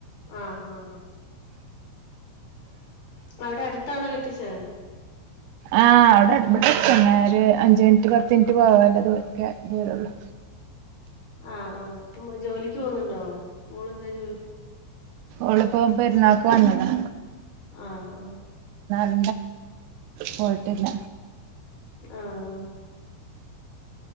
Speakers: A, on the left; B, on the right.
A: ആഹഹാ അവിടെ അടുത്താണോ കെട്ടിച്ചേ
B: ആഹ് അവിടെ ഇവിടെഅടുത്ത് തന്നെ ഒരു അഞ്ചു മിനിറ്റ് പത്ത് മിനിറ്റ് പോവാനുള്ള ക്യാപ്പ്ദൂരള്ളു
A: ആഹ ആഹ് അപ്പം ജോലിക്ക് പോന്നുന്നുണ്ടോ മോള്ന്താ ജോലി
B: ഓളിപ്പോ പെരുന്നാക്ക് വന്നതാ
A: ആഹഹ
B: ടൺ കോളിട്ടിയില്ല
A: ആഹ ആ